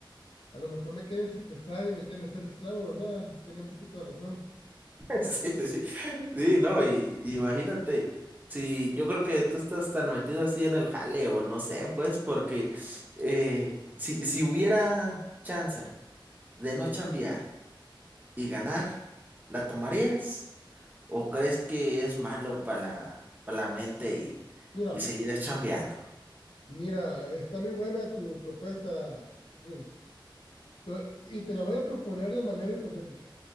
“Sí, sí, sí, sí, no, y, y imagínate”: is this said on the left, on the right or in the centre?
Right